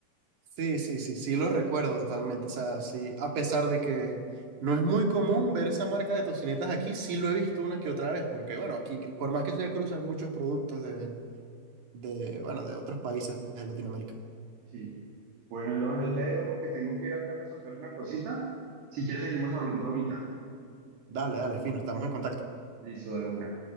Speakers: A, on the right; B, on the right.
A: Sí, sí, sí, sí, lo recuerdo totalmente. O sea, sí, a pesar de que no es muy común ver esa marca de tocinetas aquí, sí lo he visto una que otra vez, porque bueno, aquí, por más que se cruzan muchos productos de, de, bueno, de otros países de Latinoamérica.
B: Sí. Bueno, Johan, yo te dejo porque tengo que ir acá a resolver una cosita. Si quieres, seguimos hablando ahorita.
A: Dale, dale, fino, estamos en contacto.
B: Listo, de una.